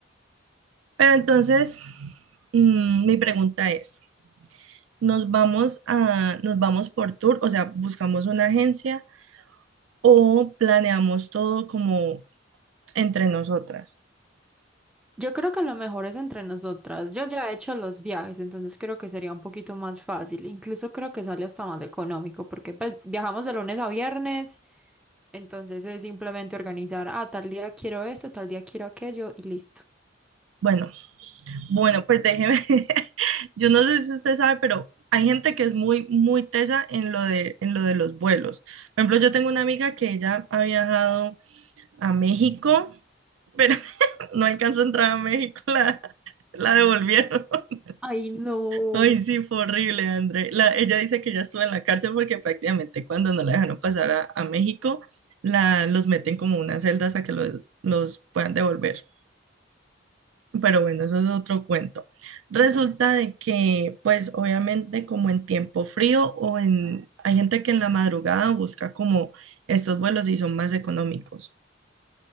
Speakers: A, on the right; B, in the centre.
A: Pero entonces, mm, mi pregunta es, ¿nos vamos a, nos vamos por tour? O sea, ¿buscamos una agencia o planeamos todo como entre nosotras?
B: Yo creo que lo mejor es entre nosotras. Yo ya he hecho los viajes, entonces creo que sería un poquito más fácil. Incluso creo que sale hasta más económico, porque pues, viajamos de lunes a viernes, entonces es simplemente organizar, ah, tal día quiero esto, tal día quiero aquello y listo.
A: Bueno, bueno, pues déjeme. <laughs> Yo no sé si usted sabe, pero hay gente que es muy, muy tesa en lo de, en lo de los vuelos. Por ejemplo, yo tengo una amiga que ella ha viajado a México, pero <laughs> no alcanzó a entrar a México, <laughs> la, la devolvieron. <laughs>
B: Ay, no.
A: Ay, sí, fue horrible, André. La, ella dice que ya estuvo en la cárcel porque prácticamente cuando no la dejaron pasar a, a México, la, los meten como unas celdas hasta que los, los puedan devolver. Pero bueno, eso es otro cuento. Resulta de que, pues obviamente como en tiempo frío o en... Hay gente que en la madrugada busca como estos vuelos y son más económicos.